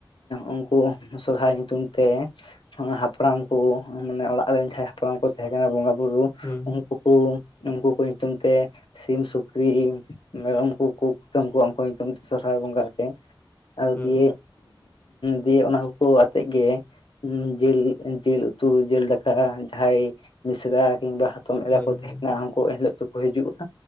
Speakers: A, on the left; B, on the left.
A: ᱩᱱᱠᱩ ᱥᱚᱨᱦᱟᱭ ᱧᱩᱛᱩᱢ ᱛᱮ ᱦᱟᱯᱲᱟᱢ ᱠᱚ ᱢᱟᱱᱮ ᱚᱲᱟᱜ ᱨᱮᱱ ᱡᱟᱦᱟᱸᱭ ᱦᱟᱯᱲᱟᱢ ᱠᱚ ᱛᱟᱦᱮᱸ ᱠᱟᱱᱟ ᱵᱚᱸᱜᱟ ᱵᱩᱨᱩ
B: ᱦᱩᱸ
A: ᱩᱱᱠᱩ ᱠᱚ ᱩᱱᱠᱩ ᱠᱚ ᱧᱩᱛᱩᱢ ᱛᱮ ᱥᱤᱢ ᱥᱩᱠᱨᱤ ᱢᱮᱨᱚᱢ ᱠᱚ ᱠᱚ ᱠᱩᱴᱟᱹᱢ ᱠᱚᱣᱟ ᱩᱱᱠᱩ ᱧᱩᱛᱩᱢ ᱛᱮ ᱥᱚᱦᱨᱟᱭ ᱵᱚᱸᱜᱟ ᱨᱮ᱾ ᱟᱨ
B: ᱦᱩᱸ
A: ᱫᱤᱭᱮ ᱫᱤᱭᱮ ᱚᱱᱟ ᱠᱚ ᱟᱛᱮᱜ ᱜᱮ ᱡᱮᱞ ᱡᱮᱞ ᱩᱛᱩ ᱡᱮᱞ ᱫᱟᱠᱟ ᱡᱟᱦᱟᱸᱭ ᱢᱤᱥᱨᱟ ᱠᱤᱢᱵᱟ ᱦᱚᱯᱚᱱ ᱮᱨᱟ
B: ᱦᱳᱭ
A: ᱠᱚ ᱛᱟᱦᱮᱸᱱᱟ
B: ᱦᱳᱭ
A: ᱩᱱᱠᱩ ᱮᱱᱦᱤᱞᱳᱜ ᱫᱚᱠᱚ ᱦᱤᱡᱩᱜ-ᱟ᱾